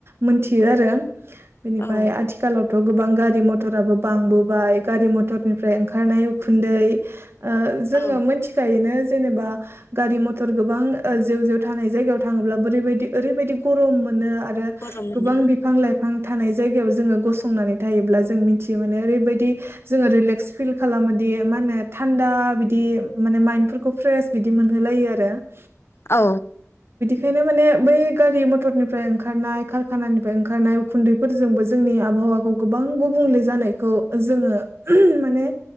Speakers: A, on the right; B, on the left.
A: मोनथियो आरो। बेनिफाय
B: औ
A: आथिखालावथ गोबां गारि मथराबो बांबोबाय गारि मथरनिफ्राय ओंखारनाय उखुन्दै ओ जोङो
B: औ
A: मोनथिखायोनो जेनेबा गारि मथ थर गोबां ओ जेउ जेउ थानाय जायगायाव थाङोब्ला बोरैबायदि ओरैबायदि गरम मोन नो आरो
B: बर' मोनो
A: गोबां बिफां लाइफां थानाय जायगायाव जोङो गसंनानै थायोब्ला जों मिथियो माने ओरैबायदि जोङो रिलेक्स फिल खालामोदि मा होनो थान्दा बिदि माने माइन्दफोरखौ फ्रेस बिदि मोनहोलायो आर <unintelligible>
B: औ
A: खायनो माने बै गारि मथरनिफ्राय ओंखारनाय कारखानानिफ्राय ओंखारनाय उखुन्दैफोरजोंबो जोंनि आबहावाखौ गोबां गुबुंले जानायखौ जोङो ओ माने